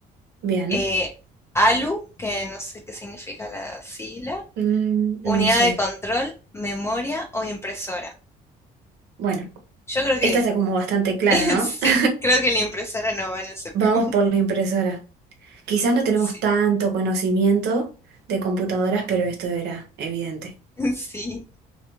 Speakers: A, on the right; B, on the left.
A: bien,
B: Eh, ALU, que no sé qué significa la sigla.
A: Mm,
B: Unidad
A: no sé.
B: de control, memoria o impresora.
A: Bueno,
B: Yo creo que
A: esta está como bastante clara,
B: <laughs>
A: ¿no?
B: sí,
A: <laughs>
B: creo que la impresora no va en el CPU.
A: Vamos por la impresora. Quizás no tenemos
B: <laughs>
A: tanto conocimiento de computadoras, pero esto era evidente.
B: <laughs> Sí,